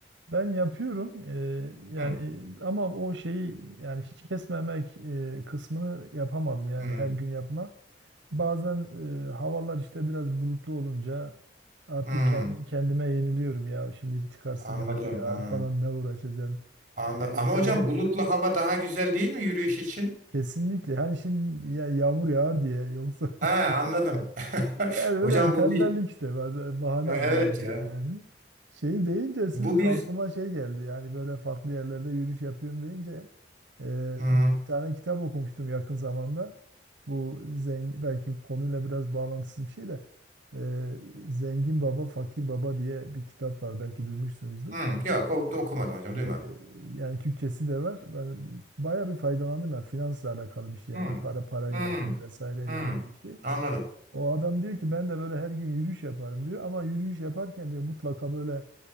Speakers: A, on the right; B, on the right.
A: Ben yapıyorum e,
B: Hmm,
A: yani ama o şeyi yani hiç kesmemek e, kısmını yapamadım yani
B: hmm,
A: her gün yapma. Bazen e, havalar işte biraz bulutlu olunca artık
B: hmm,
A: ken- kendime yeniliyorum ya şimdi çıkarsın
B: anladım.
A: yağmur yağar
B: Ha,
A: falan ne uğraşacaksın
B: anla-
A: ya işte
B: Ama hocam
A: ba-
B: bulutlu hava daha güzel değil mi yürüyüş için?
A: kesinlikle hani şimdi ya yağmur yağar diye yoksa
B: Ha,
A: <laughs> şey.
B: anladım. <laughs>
A: Yani
B: Hocam
A: böyle tembellik
B: bu bir
A: işte bazen bahane
B: Ya,
A: arıyor
B: evet
A: insan
B: ya.
A: yani. Şey deyince siz
B: Bu bir
A: aklıma şey geldi yani böyle farklı yerlerde yürüyüş yapıyorum deyince e,
B: hmm,
A: bir tane kitap okumuştum yakın zamanda. Bu zengin belki konuyla biraz bağlantısız bir şey de e, Zengin Baba Fakir Baba diye bir kitap var belki duymuşsunuzdur.
B: hmm, yok o- okumadım hocam
A: E,
B: duymadım.
A: yani Türkçesi de var. Ben bayağı bir faydalandım ya finansla alakalı bir şey
B: Hmm,
A: yani para para
B: hmm,
A: yönetimi vesaireyle
B: hmm.
A: ilgili bir şey.
B: Anladım.
A: O adam diyor ki ben de böyle her gün yürüyüş yaparım diyor ama yürüyüş yaparken diyor mutlaka böyle